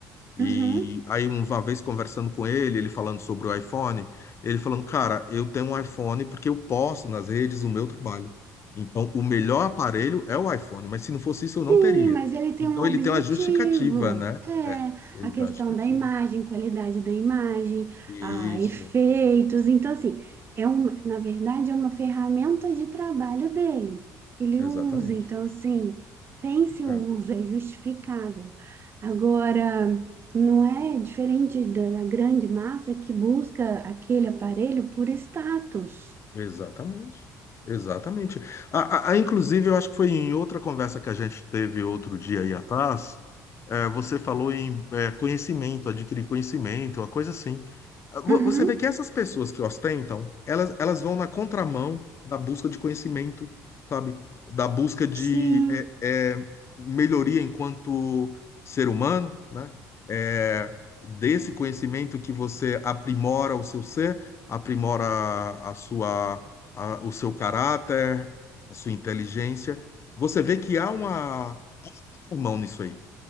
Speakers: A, on the left; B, on the right.
A: E
B: Uhum.
A: aí, uma vez conversando com ele, ele falando sobre o iPhone, ele falando, cara, eu tenho um iPhone porque eu posto nas redes o meu trabalho. Então, o melhor aparelho é o iPhone, mas se não fosse isso, eu não
B: Sim,
A: teria.
B: mas ele tem
A: Então,
B: um
A: ele
B: objetivo.
A: tem uma justificativa, né?
B: É
A: É, ele
B: a questão
A: tem uma justificativa.
B: da imagem, qualidade da imagem,
A: Isso,
B: a efeitos. Então, assim, é um, na verdade, é uma ferramenta de trabalho dele. que Ele
A: exatamente.
B: usa, então, assim, tem seu
A: É.
B: uso, é justificável. Agora, não é diferente da da grande massa que busca aquele aparelho por status.
A: Exatamente. Exatamente. A, a- a- inclusive, eu acho que foi em outra conversa que a gente teve outro dia aí atrás, eh, você falou em eh, conhecimento, adquirir conhecimento, uma coisa assim. Ah, vo-
B: Uhum,
A: Você vê que essas pessoas que ostentam, elas, elas vão na contramão da busca de conhecimento, sabe? Da busca de
B: sim,
A: eh, eh, melhoria enquanto ser humano, né? Eh, desse conhecimento que você aprimora o seu ser aprimora a sua, a- o seu caráter, a sua inteligência. Você vê que há uma um mão nisso aí,